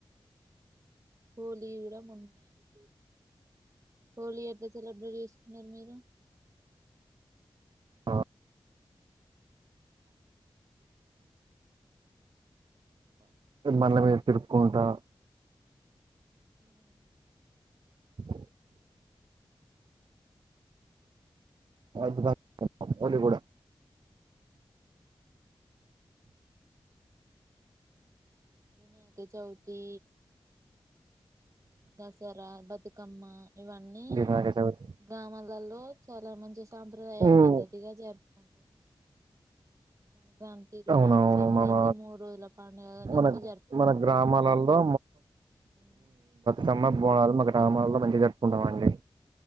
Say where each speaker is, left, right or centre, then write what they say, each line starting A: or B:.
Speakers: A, on the right; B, on the right.
A: హోలీ గూడా మొన్ననే అయిపోయింది హోలీ ఎట్లా సెలబ్రేట్ చేసుకున్నారు మీరు
B: ఆ
A: <inaudible>
B: బండ్ల మీద తిరుపుకుంటా
A: ఉమ్
B: <unintelligible> <unintelligible> హోలీ గూడా
A: వినాయక చవితి దసరా, బతుకమ్మ ఇవన్నీ
B: వినాయక చవితి
A: గ్రామాలలో చాలా మంచి సాంప్రదాయ
B: ఉమ్
A: పద్ధతిగా జరుపుకుంటారు. సం క్రాంతి గూడా
B: అవునవును
A: సంక్రాంతి
B: మన
A: మూడు రోజుల పండుగ లెక్క
B: మన
A: జరుపుకుంటారు.
B: మన గ్రామాలలో
A: ఉమ్
B: సమ్మ బోనాలు మా గ్రామాలలో మంచిగా జరుపుకుంటామండి.